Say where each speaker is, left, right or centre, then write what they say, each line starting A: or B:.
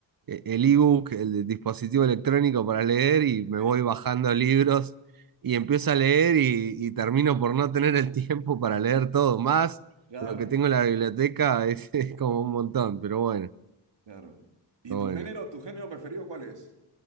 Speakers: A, on the right; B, on the right.
A: e- el ebook, el dispositivo electrónico para leer y me
B: Sí.
A: voy bajando libros y empiezo a leer y, y termino por no tener el <laughs> tiempo para leer todo. Más
B: Claro,
A: lo que tengo en la biblioteca es, <laughs> es como un montón, pero bueno,
B: claro. ¿Y
A: pero
B: tu
A: bueno.
B: género, tu género preferido cuál es,